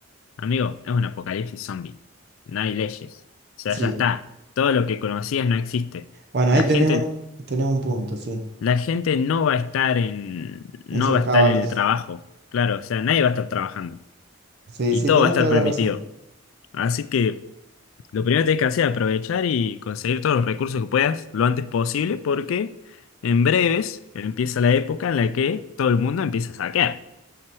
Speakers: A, on the left (about 75°); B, on the right (about 55°).
A: amigo, es un apocalipsis zombie. No hay leyes. O sea,
B: Sí.
A: ya está. Todo lo que conocías no existe.
B: Bueno,
A: La
B: ahí tenés,
A: gente.
B: un- tenés un punto, sí.
A: la gente no va a estar en, no
B: En sus
A: va a
B: cabales.
A: estar en el trabajo, claro, o sea, nadie va a estar trabajando
B: Sí,
A: y
B: sí,
A: todo
B: tenés
A: va a estar
B: toda
A: permitido.
B: la razón.
A: Así que lo primero que tienes que hacer es aprovechar y conseguir todos los recursos que puedas lo antes posible porque en breves empieza la época en la que todo el mundo empieza a saquear.